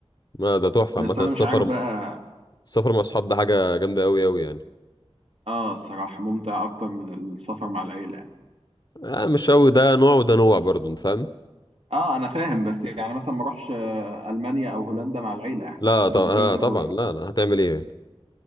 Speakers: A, on the left; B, on the right.
A: ما ده تحفه
B: بس
A: عامه
B: انا
A: السفر
B: مش عارف بقى
A: السفر مع الصحاب ده حاجة جامدة أوي أوي يعني
B: اه الصراحه ممتع اكتر من السفر مع العيله يعني
A: آه مش أوي ده نوع وده نوع برضه أنت فاهم؟
B: اه انا فاهم بس يعني مثلا ما اروحش آه، المانيا او هولندا مع العيله احساس
A: لا
B: تبقى
A: طب آه
B: غريبه
A: طبعا
B: قوي يعني
A: لا لا هتعمل إيه يعني؟